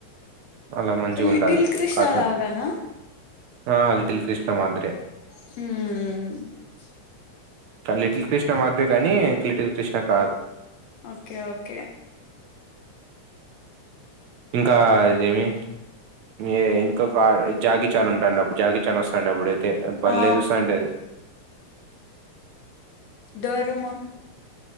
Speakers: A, on the right; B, on the left.
A: అలా మంచిగా
B: లిటిల్
A: ఉంటది
B: కృష్ణవగనా
A: కార్టూన్ ఆ లిటిల్ కృష్ణ మాదరే
B: హ
A: లిటిల్ కృష్ణ మదర్ కానీం లిటిల్ కృష్ణ కాదు
B: ఓకే ఓకే
A: ఇంకా ఇదేమి ఏ ఇంకా కా జాకి చా ఉంటాండి అప్పుడు జాకి చాన్ వస్తాండి అప్పుడుైతే బల్లే
B: ఆ
A: చూస్తా అంటే
B: డోరమాన్